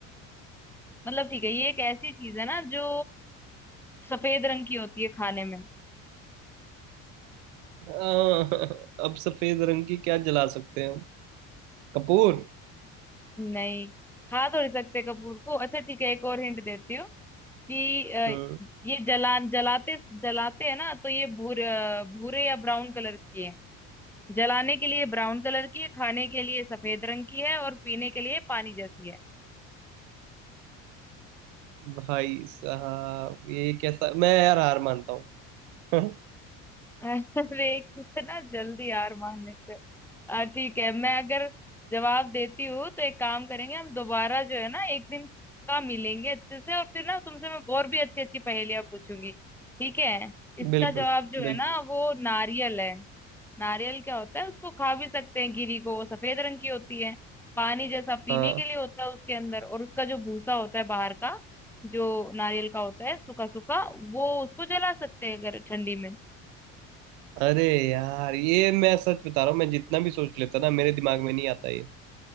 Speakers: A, in the centre; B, on the right.
A: मतलब ठीक है ये एक ऐसी चीज है ना जो सफेद रंग की होती है खाने में
B: आ, <laughs> अब सफेद रंग की क्या जला सकते हैं हम कपूर
A: नहीं खा तो नहीं सकते कपूर को अच्छा ठीक है एक और हिंट देती हूँ कि अ,
B: हम्म
A: ये जला जलाते जलाते हैं ना तो ये भूरे भूरे या ब्राउन कलर की है जलाने के लिए ब्राउन कलर की है खाने के लिए सफेद रंग की है और पीने के लिए पानी जैसी है
B: भाई साहब ये कैसा मैं यार हार मानता हूँ <laughs>
A: अरे कितना जल्दी हार मान लेते हो। आ, ठीक है मैं अगर जवाब देती हूँ तो एक काम करेंगे हम दोबारा जो है ना एक दिन का मिलेंगे अच्छे से और फिर ना तुमसे मैं और भी अच्छी अच्छी पहेलियां पूछूंगी ठीक है इसका
B: बिल्कुल
A: जवाब जो है
B: बिल्कुल
A: ना वो नारियल है नारियल क्या होता है उसको खा भी सकते हैं गिरी को वो सफेद रंग की होती है पानी जैसा पीने
B: हाँ
A: के लिए होता है उसके अंदर और उसका जो भूसा होता है बाहर का जो नारियल का होता है सूखा सूखा वो उसको जला सकते हैं अगर ठंडी में
B: अरे यार ये मैं सच बता रहा हूँ मैं जितना भी सोच लेता ना मेरे दिमाग में नहीं आता ये